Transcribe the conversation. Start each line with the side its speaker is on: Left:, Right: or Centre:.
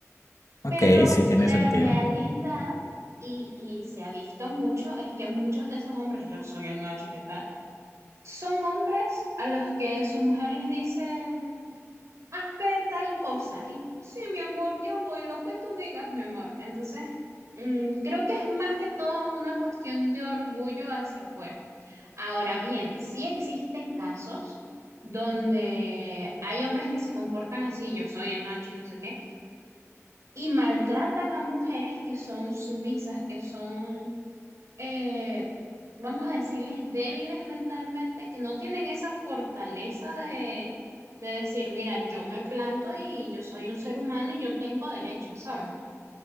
Left: Ok,
Right: Pero
Left: sí tiene
Right: la
Left: sentido.
Right: realidad, y, y se ha visto mucho, es que muchos de esos hombres, yo soy el macho, ¿qué tal? son hombres a los que su mujer les dice, hazme tal cosa. Y sí, mi amor, yo voy, lo que tú digas, mi amor. Entonces, mm, creo que es más que todo una cuestión de orgullo hacia afuera. Ahora bien, sí existen casos donde hay hombres que se comportan así, yo soy el macho y no sé qué, y maltratan a mujeres que son sumisas, que son eh, vamos a decirles, débiles mentalmente, que no tienen esa fortaleza de, de decir, mira, yo me planto y yo soy un ser humano y yo tengo derechos, ¿sabes?